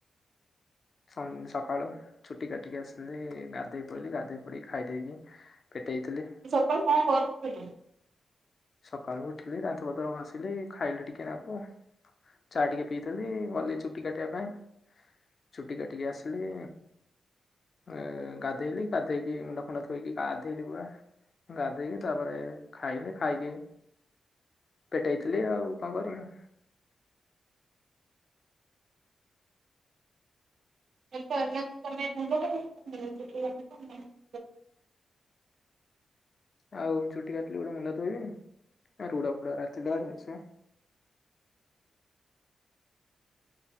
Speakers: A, on the left; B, on the right.
A: ସ ସକାଳୁ ଚୁଟି କାଟିକି ଆସିଲି ଗାଧେଇ ପେଇଲିି ଗାଧେଇ ପଡିଇକି ଖାଇ ଦେଇକି ପେଟେଇ ଥିଲି।
B: ସକାଳୁ କଣ କରୁଥିଲୁ?
A: ସକାଳୁ ଉଠିଲି ଦାନ୍ତପତ୍ର ଘସିଲି ଖାଇଲି ଟିକେ ନାକୁ। ଚା ଟିକେ ପିଇଦେଲି ଗଲି ଚୁଟି କାଟିବା ପାଇଁ। ଚୁଟି କାଟିକି ଆସିଲି। ଅ ଗାଧେଇଲି ଗାଧେଇକି ମୁଣ୍ଡ ଫୁଣ୍ଡ ଧୋଇକି ଗାଧେଇଲି ପୁରା ଗାଧେଇକି ତାପରେ ଖାଇଲି। ଖାଇକି ପେଟେଇ ଥିଲି ଆଉ କଣ କରିବି।
B: ଏ ତ <unintelligible>
A: ଆଉ ଚୁଟି କାଟିଲି ଗୋଟେ ମୁଣ୍ଡ ଧୋଇବନି ରୁଢ ଫୁଡ ଗୁରା ଥିଲା ଇଏ ସିଏ